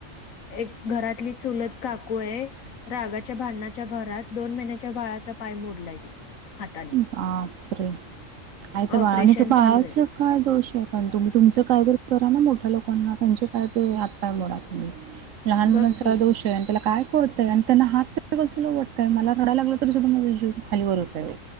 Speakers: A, on the left; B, on the right.
A: एक घरातली चुलत काकू आहे रागाच्या भांडणाच्या भरात दोन महिन्याच्या बाळाचा पाय मोडलाय तिने हाताने
B: बापरे आयता बाळा
A: ऑपरेशन
B: का फ
A: चालू आहे
B: स काळ दोष आहेत पण तुम्ही तुमचं काय तरी करा ना मोठ्या लोकांना त्यांचे काय तरी आातपाय मोडा तुम्ही लहान
A: बघ
B: मुलांचा
A: की
B: दोष त्याला काय करतंय आणि त्यांना हातलवडतंय मला रडाय लागलं तरी सुद्धा माझा जीव खाली वरत